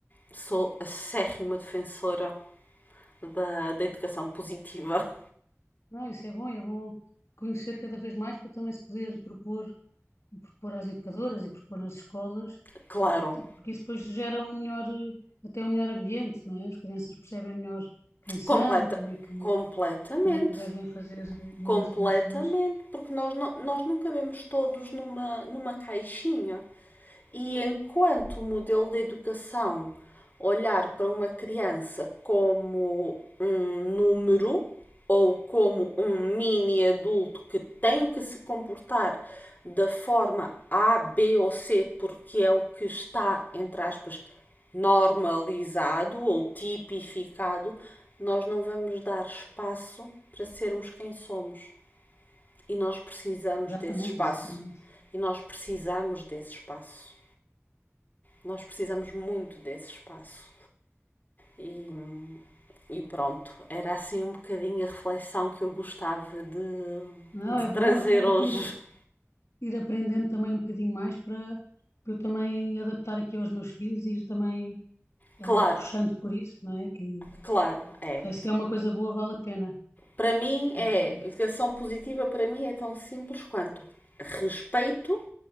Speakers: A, on the left (about 35°); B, on the left (about 65°).
A: Sou acérrima defensora da, da educação positiva,
B: Não, isso é bom, é bom conhecer cada vez mais para também se poder propor. propor às educadoras e propor nas escolas,
A: <laughs> claro,
B: porque porque isso depois gera um melhor, eh, até um melhor ambiente, não é? As crianças percebem melhor quem são
A: completa,
B: e como é que,
A: completamente
B: como é que devem fazer eh, nas,
A: Completamente,
B: nas suas.
A: porque nós, não- nós não cabemos todos numa, numa caixinha. E enquanto o modelo de educação olhar para uma criança como um número ou como um mini adulto que tem que se comportar da forma A, B ou C, porque é o que está, entre aspas, normalizado ou tipificado, nós não vamos dar espaço para sermos quem somos. E nós precisamos
B: Exatamente,
A: desse espaço.
B: exatamente.
A: E nós precisamos desse espaço. Nós precisamos muito desse espaço. E, e pronto, era assim um bocadinho a reflexão que eu gostava de,
B: Não,
A: de
B: é
A: trazer
B: bom, é bom
A: hoje.
B: ir,
A: <laughs>
B: ir aprendendo também um bocadinho mais para, para eu também adaptar aqui aos meus filhos e ir também
A: Claro,
B: eh, puxando por isso, não é? Que,
A: claro, é.
B: que é, se é uma coisa boa, vale a pena.
A: Para mim é,
B: Muito bem.
A: educação positiva para mim é tão simples quanto respeito